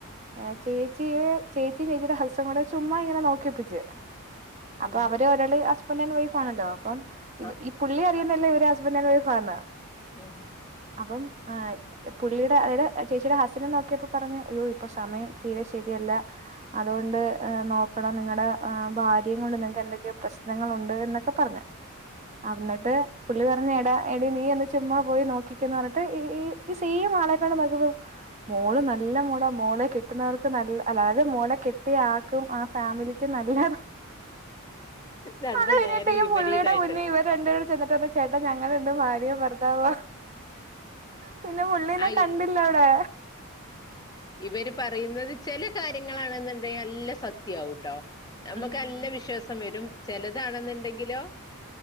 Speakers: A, on the right (about 30°); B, on the left (about 20°).
A: ഏഹ് ചേച്ചിടേ ചേച്ചിം ചേച്ചിടെ ഹസ്സും കൂടെ ചുമ്മാ ഇങ്ങനെ നോക്കിപ്പിച്ച്. അപ്പൊ
B: ഉം
A: അവര് ഒരാള് ഹസ്ബൻഡ് ആൻഡ് വൈഫാണല്ലോ അപ്പം ഇവ
B: ആ
A: ഇ പുള്ളി അറിയുന്നില്ല ഇവര് ഹസ്ബൻഡ് ആൻഡ് വൈഫാന്ന്.
B: ം
A: അപ്പം ആഹ് പുള്ളീടെ അതായത് ചേച്ചിടെ ഹസ്സിനെ നോക്കി യപ്പോ പറഞ്ഞു അയ്യോ ഇപ്പൊ സമയം തീരെ ശരിയല്ല അതുകൊണ്ട് നോക്കണം നിങ്ങടെ ആഹ് ഭാര്യേം കൊണ്ട് നിങ്ങക്ക് എന്തൊക്കെയൊ പ്രശ്നങ്ങളുണ്ട് എന്നൊക്കെ പറഞ്ഞു. അന്നിട്ട് പുള്ളി പറഞ്ഞ് എടാ എടീ നീ ഒന്ന് ചുമ്മാ പോയി നോക്കി ന്ന് റഞ്ഞിട്ട് ഈ ഈ സെയിം ആളെക്കൊണ്ട് നോക്കിപ്പോ മോള് നല്ല മോള മോളെ കെട്ടുന്നവർക്ക് നല്ല അതായത് മോളെ കെട്ടിയ ആക്കും ആ ഫാമിലിക്കും നല്ലത
B: രണ്ടും
A: അത് കഴിഞ്ഞിട്ട്
B: നേരെ
A: ഈ
B: വിപരീതായിട്ട്
A: പുള്ളീടെ മുന്നീ ഇവര് രണ്ട്പേരും ചെന്നിട്ട് പറഞ്ഞ് ചേട്ടാ ഞങ്ങള് രണ്ടും ഭാര്യേം ഭർത്താവാ പിന്നെ പുള്ളീനെ
B: ആ ഇ
A: കണ്ടില്ലവിടെ.
B: ഇവര് പറയുന്നത് ചെല കാര്യങ്ങളാണെന്നുണ്ടെങ്കി നല്ല സത്യയാവുട്ടോ. നമ്മക്ക്
A: ഉം
B: നല്ല വിശ്വാസം വരും ചെലതാണെന്നുണ്ടെങ്കിലോ